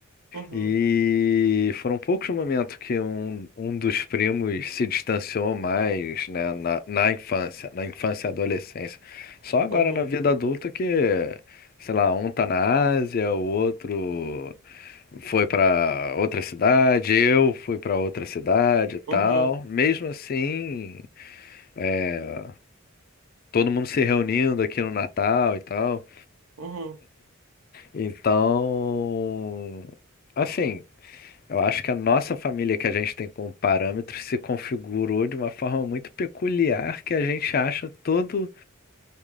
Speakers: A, on the right; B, on the left.
A: Uhum,
B: e foram poucos momentos que um, um dos primos se distanciou mais, né, na, na infância, na infância e adolescência. Só agora
A: uhum,
B: na vida adulta que, sei lá, um tá na Ásia, o outro foi pra outra cidade, eu fui pra outra cidade e tal.
A: uhum,
B: Mesmo assim, é, todo mundo se reunindo aqui no Natal e tal.
A: uhum,
B: Então, assim, eu acho que a nossa família que a gente tem como parâmetro se configurou de uma forma muito peculiar que a gente acha todo